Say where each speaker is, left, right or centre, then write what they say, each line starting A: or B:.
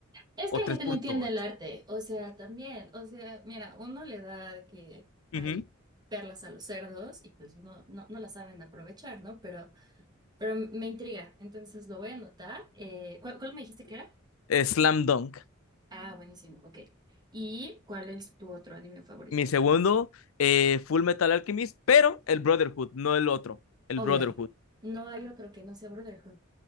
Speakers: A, on the right (about 20°); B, on the left (about 80°).
A: Es
B: o
A: que la
B: 3.8.
A: gente no entiende el arte, o sea, también, o sea, mira, uno le da de que hay
B: Ujú.
A: perlas a los cerdos y pues uno no, no las saben aprovechar, ¿no? Pero, pero me intriga, entonces lo voy a anotar. Eh, ¿cuál, cuál me dijiste que era?
B: Eh, Slam Dunk.
A: Ah, buenísimo, ok. ¿Y cuál es tu otro anime favorito?
B: Mi segundo, eh, Full Metal Alchemist, pero el Brotherhood, no el otro, el
A: Obvio,
B: Brotherhood.
A: no hay otro que no sea Brotherhood.